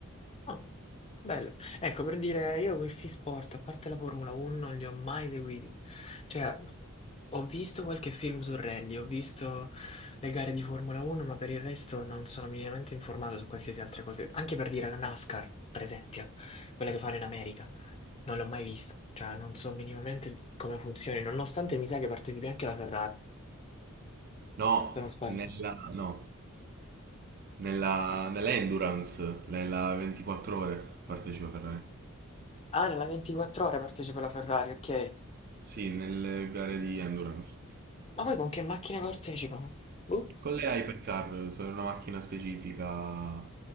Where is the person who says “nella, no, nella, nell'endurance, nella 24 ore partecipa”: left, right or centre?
Right